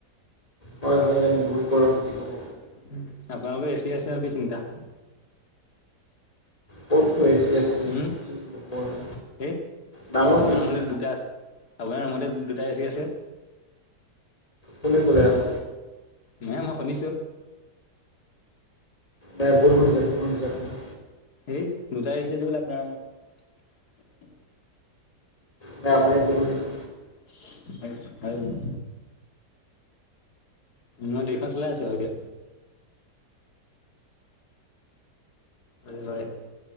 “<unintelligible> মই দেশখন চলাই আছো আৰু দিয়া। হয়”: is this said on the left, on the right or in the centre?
Left